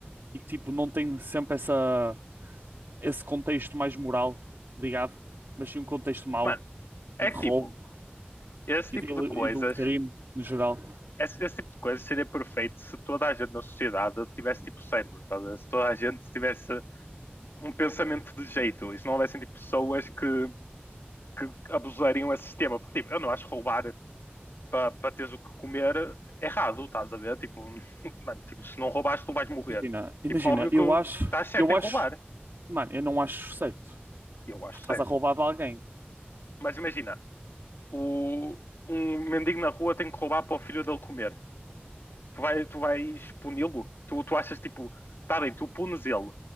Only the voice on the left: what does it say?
Mano, é
que,
tipo, esse
tipo
de coisas...
Esse, esse tipo de coisas seria perfeito se toda a gente na sociedade tivesse, tipo, cérebro, estás a ver? Se toda a gente tivesse um pensamento de jeito. E se não houvessem, tipo, pessoas que que abusariam esse sistema, porque tipo, eu não acho roubar para pa teres o que comer errado, estás a ver? Tipo, <laughs> mano, tipo, se não roubares tu vais morrer.
Tipo, óbvio que
estás certo
em roubar.
Eu acho
certo.
Mas imagina, o, um mendigo na rua tem que roubar para o filho dele comer. tu, vai, tu vais puni-lo? Tu, tu achas tipo, tá bem, tu punes ele,